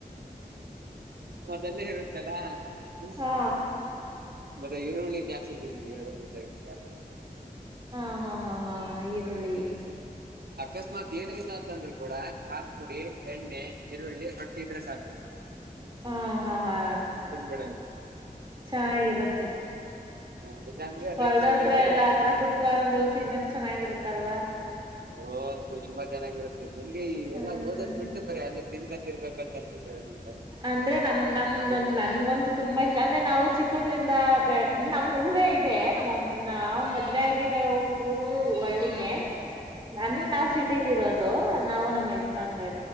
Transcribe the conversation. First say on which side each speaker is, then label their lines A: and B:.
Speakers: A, on the right; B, on the right.
A: ಮೊದಲ್ಲೇ ಇರುತ್ತಲ್ಲಾ ಹ್ಮ್ ಹು
B: ಹಾ
A: ಮತ್ತೆ ಈರುಳ್ಳಿ ಜಾಸ್ತಿ ತಿಂತೀವಿ ಅದ್ರೂ ಜೊತೆಗೆ ಎಲ್ಲಾ
B: ಹಾ ಹಾ ಹಾ ಹಾ ಈರುಳ್ಳಿ
A: ಅಕಸ್ಮಾತ್ ಏನು ಇಲ್ಲ ಅಂತಂದ್ರರು ಕೂಡ ಖಾರ್ ಪುಡಿ ಎಣ್ಣೆ ಈರುಳ್ಳಿ ರೊಟ್ಟಿ ಇದ್ರ ಸಾಕು
B: ಹಾ ಹಾ ಹಾ
A: ತಿನ್ಬಿಡದು
B: ಚೆನ್ನಾಗಿರುತ್ತೆ
A: ಹ ಇಲ್ಲಾಂದ್ರೆ
B: ಹೊಲದ್
A: ರೈಸ್ ಜೊತೆಗೆ
B: ಹತ್ರ ಎಲ್ಲ ಆತರ ಕೂತ್ಕೊಂಡು ತಿನ್ನಕ್ ಚೆನ್ನಾಗಿರತ್ತಲ್ವಾ
A: ಓ ತುಂಬಾ ಚೆನ್ನಾಗಿರುತ್ತೆ ನನ್ಗೆ ಈ
B: ಹ್ಮ್
A: ಎಲ್ಲಾ ಓದೋದ್ ಬಿಟ್ಟು ಬರೆ ಅಲ್ಲೆ ತಿನ್ನಕಂತ್ ಇರಬೇಕು ಅಂತ ಅನ್ಸುತ್ತೆ ಒಂದ್ ಒಂದ್ ಸಲ್
B: ಅಂದ್ರೆ ನಮ ನಮ್ ನನ್ಗಂತೂ ತುಂಬಾ ಇಷ್ಟ ಅಂದ್ರೆ ನಾವು ಚಿಕ್ಕದ್ರಿಂದ ಬೆ ನಮ್ಮ್ ಊರೇ ಇದೆ ನಮ್ಮ ನಾವ ಮದ್ವೆ ಆಗಿರೋ ಊರು ಒಳ್ಳಿನೇ ಅಂದ್ರೆ
A: ಹಾ
B: ನಾವ್ ಸಿಟಿಲಿ ಇರೋದು ನಾವು ನಮ್ಮ್ ಯಜಮಾನ್ರ
A: ಹಾ
B: ಎ